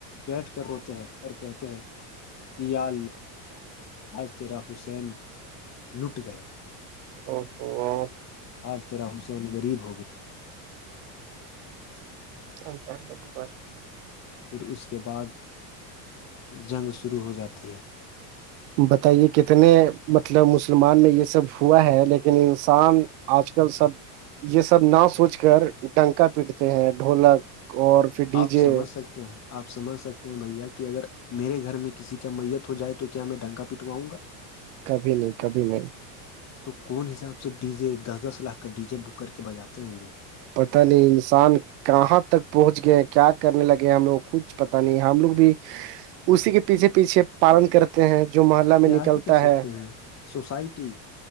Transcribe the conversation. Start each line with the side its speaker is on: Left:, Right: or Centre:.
Left: بیٹھ کر روتے ہیں اور کہتے ہیں کیا آج تیرا حسین لٹ گیا
Right: اوو
Left: آج ترا حسین غریب ہو گیا
Right: <unintelligible>
Left: پھر اس کے بعد جنگ شروع ہو جاتی ہے
Right: بتائیے کتنے مطلب مسلمان میں یہ سب ہوا ہے لیکن انسان آج کل سب یہ سب نہ سوچ کر ڈنکا پیٹتے ہیں ڈھولک اور پھر ڈی
Left: آپ
Right: جے
Left: سمجھ سکتے آ سجھ سکتے ہیں بھیا کہ اگر میرے گھر میں کسی کا میت ہو جائے تو کیا میں ڈھنگا پٹواؤں گا
Right: کبھی نہیں کبھی نہیں
Left: تو کون حساب سے ڈی جے دس دس لاکھ کا ڈی جے بک کر کے بجاتے ہیں گےو
Right: پتہ نہیں انسان کہاں تک پہنچ گئے ہیں کیا کرنے لگے ہم لوگ کو کچھ پتا نہیں ہم لوگ بھی اسی کے پیچھے پیچھے پالن کرتے ہیں جو محلہ
Left: کیا
Right: میں نکلتا
Left: ہی کر سکتے
Right: ہے
Left: ہیں سوسائٹی